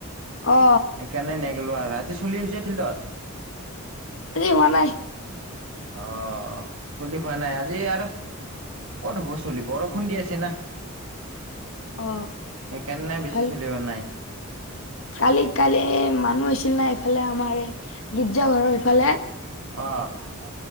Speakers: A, on the left (about 65°); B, on the right (about 75°).
A: অ।
B: সেইকাৰণে নেগ'লোঁ আৰ। আজি চলি হৈছে ফিল্ডত?
A: আজি হোৱা নাই।
B: অ চলি হোৱা নাই আজি আৰু ক'ত হ'ব চলি বৰষুণ দি আছে না।
A: অ
B: সেইকাৰণে বেছি
A: কালি
B: চলিব নাই।
A: কালি কালি এই মানুহ আহছিল না এইফালে আমাৰ এই গীৰ্জা ঘৰৰ ইফালে
B: অৱ।